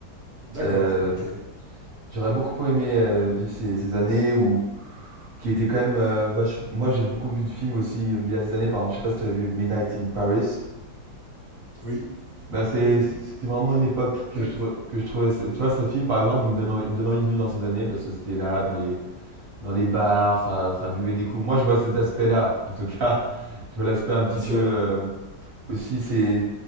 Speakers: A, on the right (about 55°); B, on the right (about 40°).
A: D'accord,
B: Euh,
A: ok.
B: j'aurais beaucoup aimé euh, vivre ces, ces années où... qui étaient quand même... euh, vache- Moi, j'ai beaucoup vu de films aussi liés à ces années. Par exemple, je sais pas si tu as vu Midnight in Paris.
A: Oui,
B: Bah, c'est
A: oui, oui.
B: c'était vraiment une époque que
A: D'ac-
B: je trouvais, que je trouvais, tu vois, ce film, par exemple, il me donne envie, il me donne envie de vivre dans ces années parce que c'était là, dans les, dans les bars, ça, ça buvait des coups. Moi, je vois cet aspect-là, en tout cas. <laughs> Je vois l'aspect un petit
A: Bien sûr.
B: peu, euh, aussi, c'est